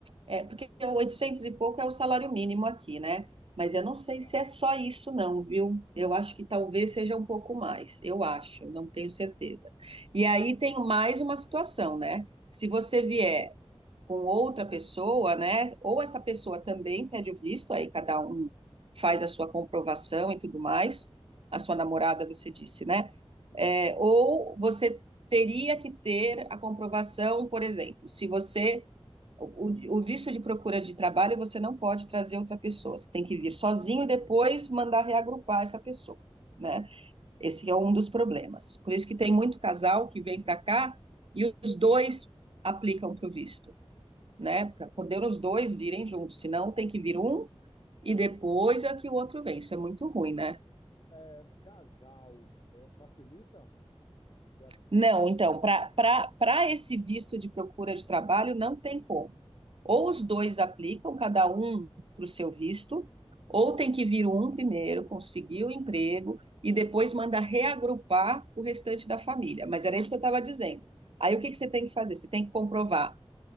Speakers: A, on the right; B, on the left.
A: É, porque
B: Seria-
A: o 800
B: né?
A: e pouco é o salário mínimo aqui, né? Mas
B: Ah,
A: eu não sei
B: tá.
A: se é só isso, não, viu? Eu acho que talvez seja um pouco mais. Eu acho, não tenho certeza. E aí tem mais uma situação, né? Se você vier com outra pessoa, né? Ou essa pessoa também pede o visto, aí cada um faz a sua comprovação e tudo mais. A sua namorada, você disse, né?
B: Isso.
A: É, ou você teria que ter a comprovação, por exemplo, se você o, o visto de procura de trabalho, você não pode trazer outra pessoa. Você tem que vir sozinho e depois mandar reagrupar essa pessoa, né? Esse é um dos problemas. Por isso que tem muito casal que vem para cá e os dois aplicam para o visto, né? Para poder os dois virem juntos. Senão tem que vir um e depois é que o outro vem. Isso é muito ruim, né?
B: É, casal, é, facilita? Você acha que
A: Não, então, para esse visto de procura de trabalho, não tem como. Ou
B: Não
A: os dois aplicam, cada um para o seu visto, ou tem que vir um primeiro, conseguir o emprego, e depois manda reagrupar o restante da família. Mas era isso que eu estava dizendo. Aí o que que você tem que fazer? Você tem que comprovar